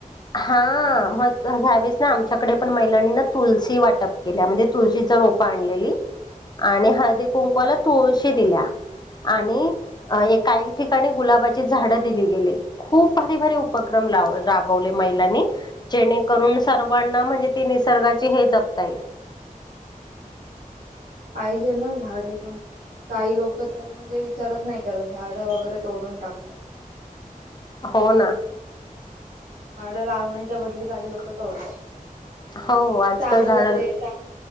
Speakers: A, on the left; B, on the right.
A: हा म ह्यावेेळेस ना आमच्याकडे पण महिलांनी ना तुलसी वाटप केल्या म्हणजे तुलसी. रोप आणलेली आणि हळदी कुंकुवाला तुळशी दिल्या. आणि काही ठिकाणी गुलाबाची झाडं दिली गेली खूप भारी भारी उपक्रम. राबवले महिलांनी जेणेकरून सर्वांना. निसर्गाची हे जपता येईल.
B: पाहिजे ना झाडे पण. काही लोक तर म्हणजे विचारत नाही करत झाडं वगैरे तोडून टाकतात.
A: हो ना.
B: झाडं लावण. त्याच्या बद काही लोक तोडतात
A: हो आजकाल
B: चांगलं
A: झाड
B: ते चागलं.